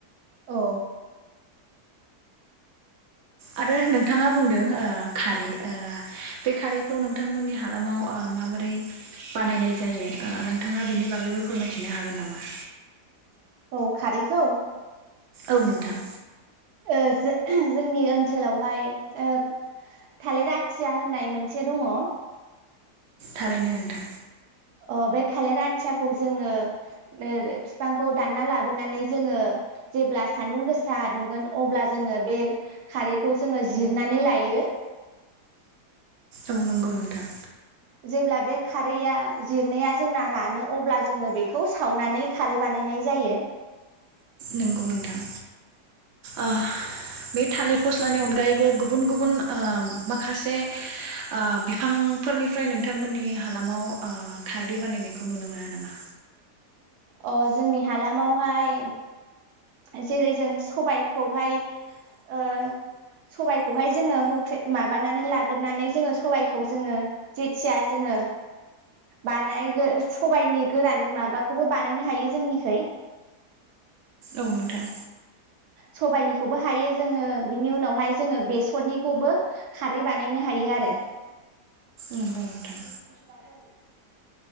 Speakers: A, on the right; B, on the right.
A: औ
B: आरो नोंथाङा बुंदों ओ खारै ओ बे खारैखौ नोंथांमोननि हालामाव ओ माबोरै बानायनाय जायो ओ नोंथाङा बिनि बागैबो फोरमायथिनो हागोन नामा?
A: औ खारैखौ?
B: औ नोंथां।
A: ओ जो जोंनि ओनसोलावहाय ओ थालिर आथिया होननाय मोनसे दङ
B: थारैनो नोंथां।
A: अ बे थालिर आथियाखौ जोङो ओ बिफांखौ दानना लाबोनानै जोङो जेब्ला सानदुं गोसा दुंगोन अब्ला जोङो बे खारैखौ जोङो जिरनानै लायो।
B: औ नोंगौ नोंथां।
A: जेब्ला बे खारैया जिरनाया जोंना रानो अब्ला जोङो बेखौ सावनानै खारै बानायनाय जायो।
B: नोंगौ नोंथां। ओ बे थालिर फस्लानि अनगायैबो गुबुन गुबुन ओ माखासे ओ बिफांफोरनिफ्राय नोंथांमोननि हालामाव ओ खारदै बानायनायखौ नुनो मोना नामा?
A: अ जोंनि हालामावहाय जेरै जों सबायखौहाय ओ सबायखौहाय जोङो हुख्रे माबानानै लागोरनानै जोङो सबायखौ जोङो जेथिया जोङो बानायगो सबायनि गोरान माबाखौबो बानायनो हायो जोंनिखै
B: औ नोंथां
A: सबायाइनिखौबो हायो जोङो बिनि उनावहाय जोङो बेसरनिखौबो खारै बानायनो हायो आरो।
B: नंगौ नोंथां
A: <unintelligible>